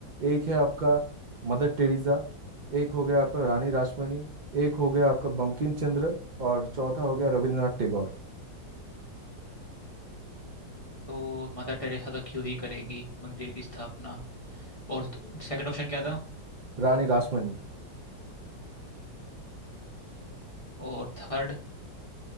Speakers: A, on the right; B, on the left.
A: एक है आपका मदर टेरेसा एक हो गया आपका रानी रासमणी एक हो गया आपका बंकिम चंद्र और चौथा हो गया रविंद्रनाथ टैगोर
B: तो मदर टेरेसा तो क्यों ही करेगी मंदिर की स्थापना और सेकंड ऑप्शन क्या था
A: रानी रासमणी
B: और थर्ड